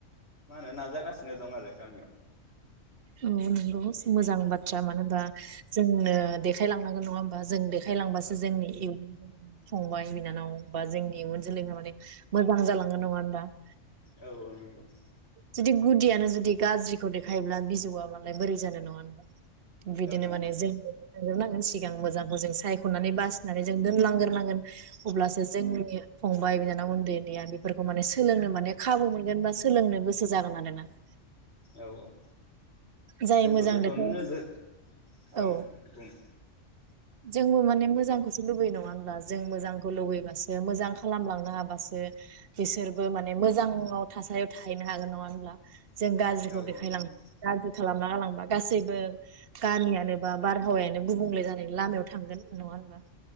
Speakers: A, on the left; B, on the right.
A: मा होनो नाजागासिनो दं आरो गामियाव
B: औ नंगौ मोजां बाथ्रा मानो होनबा जोंनो देखायलांनांगोन नङा होमबा जों देखायलांबासो
A: औ
B: जोंनि इउन फंबाय बिनानाव बा जोंनि इयुन जोलैया माने मोजां जालांगोन नङा दा ।
A: औ औ नंगौ ।
B: जुदि गुदियाजुदि गाज्रिखौ देखा थायोब्ला बिजौआ मालाय बोरै जानो नङा होनबा । बिदिनो
A: औ नंगौ
B: माने जों <unintelligible> सिगां मोजांखौ जों सायखनानै बासिनानै जों दोनलांग्रोनांगोन अब्लासो जोंनि फंबाय बिनानाव उन्दै उन्दैया बेफोरखौ माने सोलोंनो माने खाबु मोनगोन बा सोलोंनो गोसो जागोन आरोना ।
A: औ औ
B: जाय
A: जोंबो
B: मोजां
A: बेखौनो
B: बेखौ
A: नोजोर
B: औ
A: ओं बुं
B: जोंबो माने मोजांखौसो लुबैयो नङा होनब्ला जों मोजांखौ लुबैबासो मोजां खालामलांनो हाबासो बिसोरबो माने मोजाङाव थासारियाव थाहैनो हागोन नङा होमब्ला । जों गाज्रिखौ
A: औ
B: देखायलांनो
A: औ नंगौ
B: गाज्रि खालामना गालांबा गासैबो गामियानो बा बारहावायानो गुबुंले जानायनि लामायाव थांगोन नङा होनबा ।